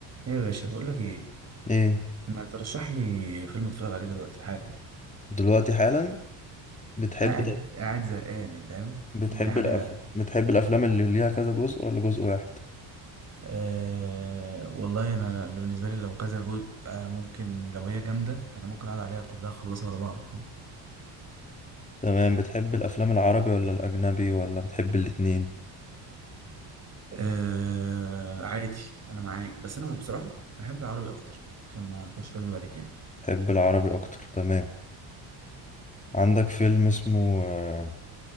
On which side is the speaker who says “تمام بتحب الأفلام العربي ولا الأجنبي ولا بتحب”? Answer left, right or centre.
Left